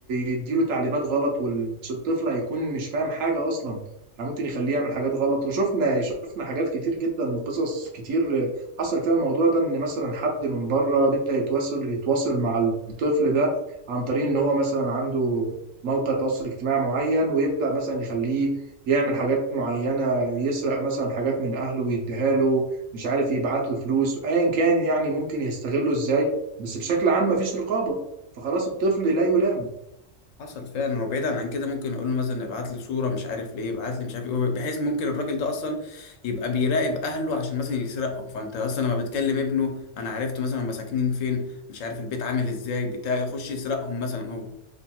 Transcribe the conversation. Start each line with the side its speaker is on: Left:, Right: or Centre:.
Right: يديله تعليمات غلط والطفل هيكون مش فاهم حاجة اصلا يعني ممكن يخليه يعمل حاجات غلط وشفنا شفنا حاجات كتير جدا وقصص كتير حصل فيها الموضوع ده ان مثلا حد من بره بيبدأ يتواصل يتواصل مع الطفل ده عن طريق ان هو مثلا عنده موقع تواصل اجتماعي معين ويبدأ مثلا يخليه يعمل حاجات معينة يسرق مثلا حاجات من أهله ويديها له مش عارف يبعت له فلوس أيا كان يعني ممكن يستغله إزاي بس بشكل عام مفيش رقابة فخلاص الطفل لا يلام
Left: حصل فعلا وبعيدا عن كده ممكن اقول له مثلا ابعت لي صوره مش عارف ليه ابعت لي مش عارف ايه بحيث ممكن الراجل ده اصلا يبقى بيراقب اهله عشان مثلا يسرقهم فانت اصلا لما بتكلم ابنه انا عرفت مثلا هم ساكنين فين مش عارف البيت عامل ازاي بتاع يخش يسرقهم مثلا هو